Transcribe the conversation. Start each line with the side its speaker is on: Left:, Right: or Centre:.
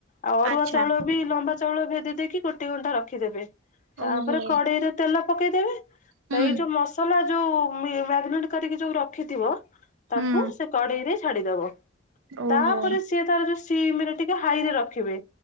Left: ଆଉ ଅରୁଆ
Right: ଆଚ୍ଛା
Left: ଚାଉଳବି ଲମ୍ବା ଚାଉଳ ଭେଦେଇ ଦେଇକି ଗୋଟିଏ ଘଣ୍ଟା ରଖିଦେବେ ତାପରେ
Right: ଓହୋ
Left: କଡେଇରେ ତେଲ ପକେଇଦେବେ
Right: ହୁଁ
Left: ତ ଏଇଯୋଉ ମସଲା ଯୋଉ ମାଗେନେଟ କରିକି ଯୋଉ ରଖିଥିବ ତାକୁ
Right: ହୁଁ
Left: ସେ କଡେଇରେ ଛାଡିଦବ।
Right: ଓହୋ
Left: ତାପରେ ସିଏ ତାର ଯୋଉ ସିମରେଟିକେ ହାଇରେ ରଖିବେ